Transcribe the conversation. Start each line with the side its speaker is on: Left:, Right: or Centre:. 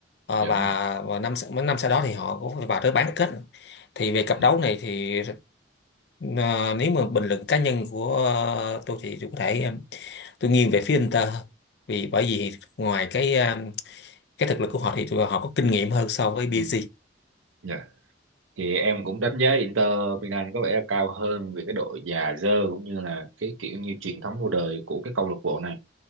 Left: Ờ,
Right: dạ
Left: và
Right: đúng rồi
Left: và năm mấy năm sau đó thì họ cũng phải vào tới bán kết thì về cặp
Right: ừ,
Left: đấu này thì ờ, nếu mà bình luận cá nhân của ờ, tôi thì tôi có thể em, tôi nghiêng về phía Inter hơn vì bởi vì ngoài cái ờ, cái thực lực của họ thì tụi họ có kinh nghiệm hơn so với PSG
Right: ừ, dạ thì em cũng đánh giá Inter Milan có vẻ là cao hơn vì cái độ già dơ cũng như là cái kiểu như truyền thống lâu đời của cái câu lạc bộ này